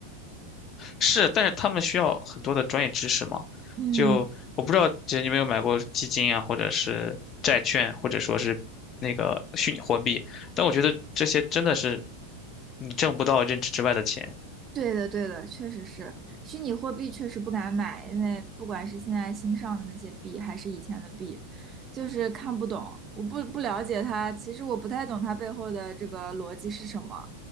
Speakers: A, on the left; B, on the right.
A: 是，但是他们需要很多的专业知识嘛。
B: 嗯。
A: 就我不知道，姐你有没有买过基金啊，或者是债券，或者说是那个虚拟货币？但我觉得这些真的是你挣不到认知之外的钱。
B: 对的，对的，确实是虚拟货币，确实不敢买，因为不管是现在新上的那些币，还是以前的币，就是看不懂，我不不了解它，其实我不太懂它背后的这个逻辑是什么。